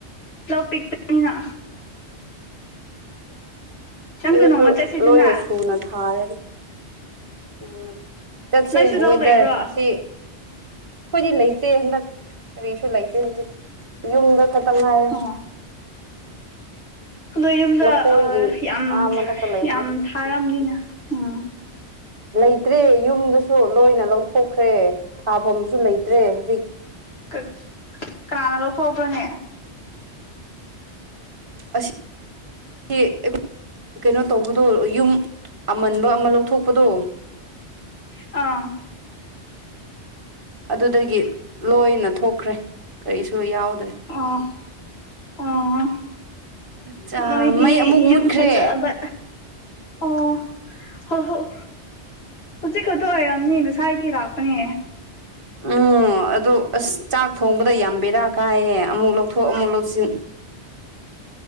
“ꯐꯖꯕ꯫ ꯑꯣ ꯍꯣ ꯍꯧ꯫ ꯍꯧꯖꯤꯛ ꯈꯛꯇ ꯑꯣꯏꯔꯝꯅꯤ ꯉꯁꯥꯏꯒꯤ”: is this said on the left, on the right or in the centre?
Left